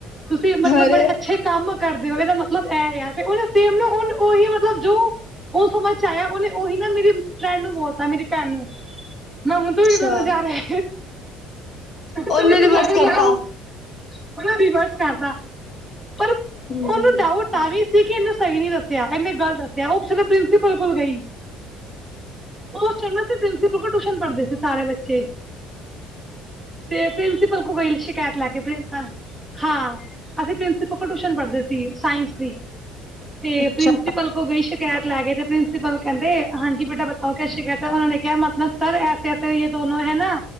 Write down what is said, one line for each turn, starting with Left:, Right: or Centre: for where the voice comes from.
Centre: ਤੁਸੀਂ ਮਤਲਬ
Left: ਅਰੇ
Centre: ਬੜੇ ਅੱਛੇ ਕੰਮ ਕਰਦੇ ਹੋ ਇਹਦਾ ਮਤਲਬ ਇਹ ਆ ਤੇ ਉਹ ਸੇਮ ਨਾ ਉਹਨੂੰ ਉਹੀ ਮਤਲਬ ਜੋ ਉਹ ਚ ਆਇਆ ਉਹਨੇ ਉਹੀ ਨਾ ਮੇਰੀ ਫਰੈਂਡ ਨੂੰ ਬੋਲਤਾ ਮੇਰੀ ਭੈਣ ਨੂੰ ਮੈਨੂੰ
Left: ਅੱਛਾ।
Centre: ਤ ਜਹੜੇ ਨਜ਼ਾਰੇ
Left: ਉਹਨੇ
Centre: ਤੂੰ
Left: ਰਿਵਰਸ
Centre: ਨਜ਼ਾਰੇ
Left: ਕਰਤਾ।
Centre: ਲਾ ਉਹਨੇ ਰਿਵਰਸ ਕਰਦਾ ਪਰ
Left: ਹੂੰ।
Centre: ਉਹਨੂੰ ਡਾਊਟ ਤਾਂ ਵੀ ਸੀ ਕਿ, ਇਹਨੇ ਸਹੀ ਨਹੀਂ ਦੱਸਿਆ ਇਹਨੇ ਗਲਤ ਦੱਸਿਆ। ਉਸੇਲੇ 'ਪ੍ਰਿੰਸੀਪਲ ਕੋਲ ਗਈ ਉਸ ਚਹਿੰਦਾ ਸੀ, 'ਪ੍ਰਿੰਸੀਪਲ ਕੋਲ ਟਿਊਸ਼ਨ ਪੜ੍ਹਦੇ ਸੀ ਸਾਰੇ ਬੱਚੇ ਤੇ 'ਪ੍ਰਿੰਸੀਪਲ ਕੋਲ ਗਈ ਸੀ। ਕੈ ਲੈ ਕੇ ਹਾਂ। ਅਸੀਂ 'ਪ੍ਰਿੰਸੀਪਲ ਕੋਲ ਟਿਊਸ਼ਨ ਪੜ੍ਹਦੇ ਸੀ। ਸਾਇੰਸ ਦੀ, ਤੇ
Left: ਅੱਛਾ
Centre: 'ਪ੍ਰਿੰਸੀਪਲ ਕੋ ਗਈ ਸੀ ''ਸ਼ਿਕਾਇਤ ਲੈ ਗਏ ਤੇ, 'ਪ੍ਰਿੰਸੀਪਲ ਕਹਿੰਦੇ ਹਾਂਜੀ ਬੇਟਾ ਬਤਾਓ? ਕਿਆ ਸ਼ਿਕਾਇਤ ਹੈ। ਉਹਨਾਂ ਨੇ ਕਿਹਾ ਮਤਲਬ ਸਰ ਐਸੇ-ਐਸੇ ਯੇ ਦੋਨੋ ਹੈ ਨਾ-।